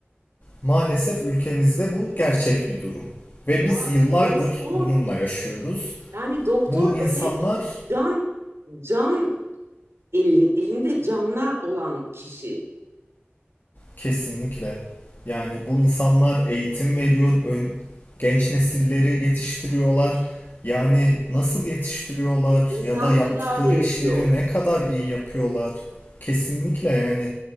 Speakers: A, on the left; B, on the right.
A: maalesef ülkemizde bu gerçek bir durum ve
B: Ya
A: biz yıllardır
B: doktor,
A: bununla yaşıyoruz.
B: yani doktor
A: Bu insanlar
B: demek can can elin, elinde canlar olan kişi.
A: Kesinlikle. Yani bu insanlar eğitim veriyor, ön- genç nesilleri yetiştiriyorlar. Yani nasıl yetiştiriyorlar
B: İnsan
A: ya da yaptıkları
B: tedavi ediyor.
A: işleri ne kadar iyi yapıyorlar? Kesinlikle yani